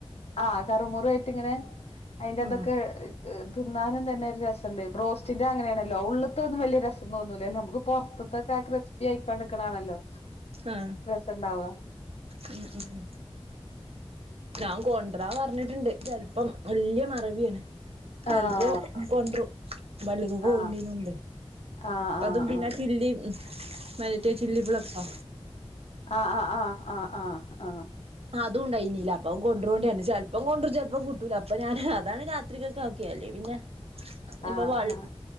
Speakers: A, on the left; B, on the right.
A: ആഹ് കറമുറയിട്ട് ഇങ്ങനെ അതിൻ്റെ
B: ഉം
A: അതൊക്കെ തിന്നാനും തന്നെ ഒരു രസുണ്ട് ബ്രോസ് സിൻ്റെ അങ്ങനെയണല്ലോ ഉള്ളൊതോന്നും വലിയ രസം തോന്നില്ലല്ലോ നമുക്ക് പൊറത്തത്തൊക്കെ ആഹ് ക്രിസ്പി ആയിക്കാണ്ട് ക്കണാണല്ലോ
B: ആഹ്
A: രസണ്ടാവ
B: ഉം ഉം ഞാൻ കൊണ്ടരാ പറഞ്ഞിട്ടുണ്ട് ചെിലപ്പം വല്യ മറവിയാണ് ചെലപ്പോ
A: ആഹ്
B: കൊണ്ടും പള്ളിക്ക് പോണിൻ്റെ
A: ആഹ്
B: മുമ്പേ
A: ആഹ് ആഹ്
B: അതും പിന്ന ചില്ലി മറ്റേ ചില്ലി പ്ലക്സൊ
A: ആഹ് ആഹ് ആഹ് ആഹ് ആഹ് ആഹ്
B: അതുംണ്ടായിനീല്ല അപ്പ കൊണ്ടോണ്ടാണ് ചെലപ്പം കൊണ്ടറും ചെലപ്പം കിട്ടൂല അപ്പൊ ഞാന് അതാണ് രാത്രികക്ക് ആക്കിയെ അല്ലെങ്കി പിന്നെ
A: ആഹ് ആഹ്
B: ഇപ്പൊ വ
A: ആഹ്